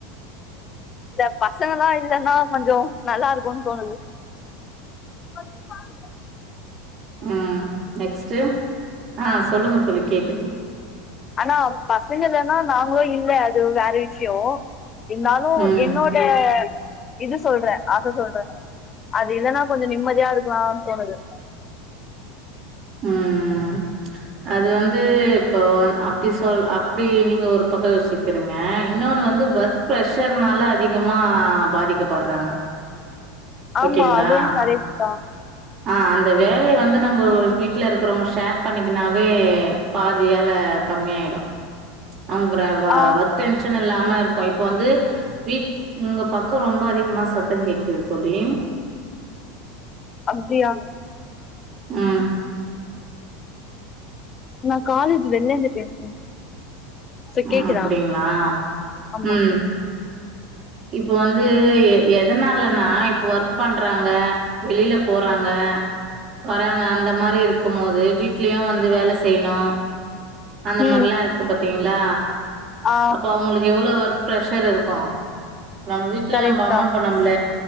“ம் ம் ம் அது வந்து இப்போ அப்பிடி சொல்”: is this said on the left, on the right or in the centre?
Right